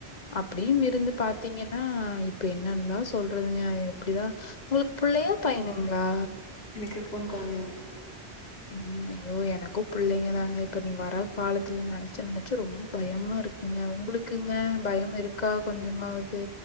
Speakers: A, on the left (about 45°); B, on the left (about 70°).
A: அப்டின் இருந்து பாத்தீங்கன்னா இப்ப என்னென்னல்லா சொல்றதுங்க எப்டிதா உங்களுக்கு புள்ளையா பயனுங்களா
B: எனக்கு பொண் கொழந்தைங்க
A: உம் ஐயோ எனக்கும் புள்ளைங்கதாங்க இப்ப நீ வர காலத்துல நெனைச்ச நெனைச்சு ரொம்ப பயமா இருக்குங்க உங்களுக்குங்க பயம் இருக்கா கொஞ்சமாவது